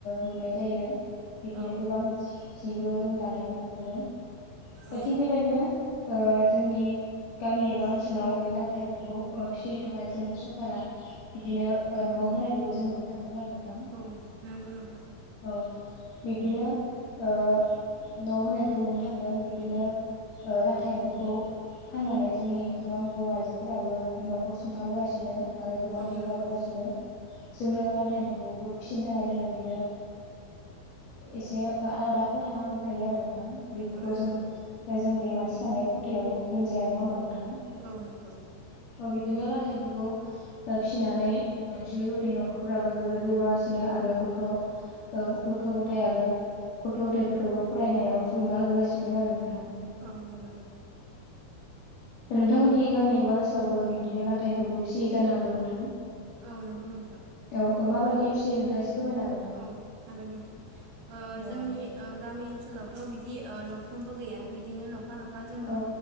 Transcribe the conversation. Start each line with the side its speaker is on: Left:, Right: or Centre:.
Left: लुनाय जायो। बिब्दिनो
Right: औ
Left: गोबां जिबो जों। दानायखौ नुनो मोनदों
Right: औ
Left: थिग बेबायदिनो ओ जोंनि गामि एबा ओनसोलाव बे लाथा एम्फौखौ फिसिनो थाखाय जोंनो सरकारा बिदिनो न' होनायखौबो जों नुनो थांदों आरो। नोंथां
Right: औ नोंगौ नोंथां।
Left: औ बिब्दिनो न' होनायखौ नुनो थांदों बिब्दिनो लाथा एम्फौखौ फाननानै जोंनि गोबां बर' आइजोफोराबो न'खर सुंथाबोगासिनो। आरो गोबां
Right: औ
Left: जौगाबोगासिनो
Right: नंगौ
Left: जोंनो लाथा एम्फाखौबो फिसिनो थाखाय जोंनो बेनो एसे आलादा खथानांखायो आरो। बेखौथ'
Right: औ
Left: जों
Right: नंगौ
Left: जों बे मानसि जानाय खथायाव दुजाया नङा होमबा नों
Right: औ नंगौ
Left: बिदि थाइम्फफोरखौ फिसिनानै मानसि उदै न'खरफोराबो जोबोद जौगागासिनो आरो गथ' गथ' गथाय आरो गथ' गथायाइफोरखौबो फरायनायाव थुलुंगा होबोगासिनो आरो नोंथां
Right: औ नंगौ नोंथां
Left: नोंथांमोननि गामि एबा ओनसोलावबो बिब्दिनो लाथा एम्फौखौ फिसियै जानो हागौ नोंथां
Right: औ नंगौ नोंथां
Left: औ माबायदि फियो नोंथाङा एसे फोरमायना होन
Right: औ हागोन नोंथां
Left: औ
Right: जोंनि गामि ओनसोलावथ' बिदि ओ न'फ्रोमबो गैया बिदिनो नफा नफा जोङो
Left: औ